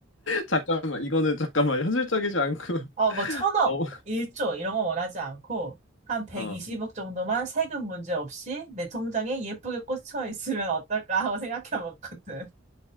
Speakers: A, on the left; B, on the right.
A: 잠깐만, 이거는 잠깐만, 현실적이지 않고 <laughs>
B: 어, 뭐 천억,
A: 너무,
B: 일조 이런 거 원하지 않고 한 120억
A: 어,
B: 정도만 세금 문제 없이 내 통장에 예쁘게 꽂혀 있으면 어떨까 하고 생각해 봤거든.